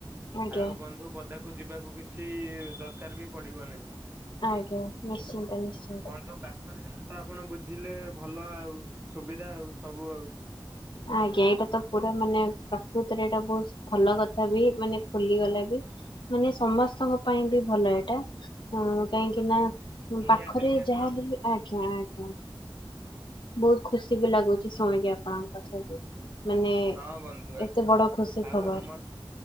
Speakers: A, on the left; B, on the right.
A: ଆଜ୍ଞା
B: ଆଉ ବନ୍ଧୁ ପଦାକୁ ଯିବାକୁ କିଛି ଦରକାର ବି ପଡିବ ନାହିଁ।
A: ଆଜ୍ଞା ନିଶ୍ଚିନ୍ତ ନିଶ୍ଚିନ୍ତ।
B: ବନ୍ଧୁ ପାଖରେ ହେଲେ ତ ଆପଣ ବୁଝିଲେ ଭଲ ଆଉ ସୁବିଧା ଆଉ ସବୁ ଆଉ।
A: ଆଜ୍ଞା ଏଇଟା ତ ପୁରା ମାନେ ପ୍ରକୃତରେ ଏଇଟା ବହୁତ ଭଲ କଥା ବି ମାନେ ଖୋଲିଗଲା ବି ମାନେ ସମସ୍ତଙ୍କ ପାଇଁ ବି ଭଲ ଏଇଟା କାହିଁକି ନା
B: ନିହାତି
A: ପାଖରେ
B: ନିହାତି
A: ଯାହା
B: ବନ୍ଧୁ
A: ବି ଆଜ୍ଞା ଆଜ୍ଞା। ହଁ। ବହୁତ ଖୁସି ବି ଲାଗୁଚି ଶୁଣିକି ଆପଣଙ୍କ କଥା ବି। ମାନେ
B: ହଁ ବନ୍ଧୁଆ
A: ଏତେ ବଡ ଖୁସି
B: ଆଉ
A: ଖବର
B: ଆମର